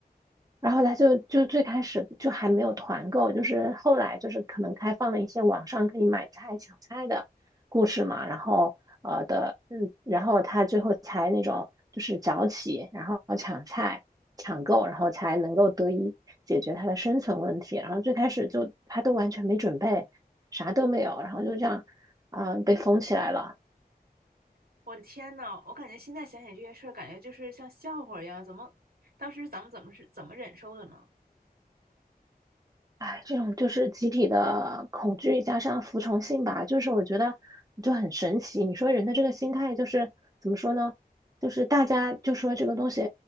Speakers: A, on the right; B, on the right.
A: 然后他就就最开始就还没有团购，就是后来就是可能开放了一些网上可以买菜抢菜的故事嘛，然后呃的嗯，然后他最后才那种就是早起，然后抢菜抢购，然后才能够得以解决他的生存问题。然后最开始就他都完全没准备，啥都没有，然后就这样啊、呃被封起来了。
B: <laughs> 我的天呐，我感觉现在想想这些事儿，感觉就是像笑话一样，怎么当时咱们怎么是怎么忍受的呢？
A: 哎，这种就是集体的恐惧加上服从性吧，就是我觉得就很神奇。你说人的这个心态就是怎么说呢？就是大家就说这个东西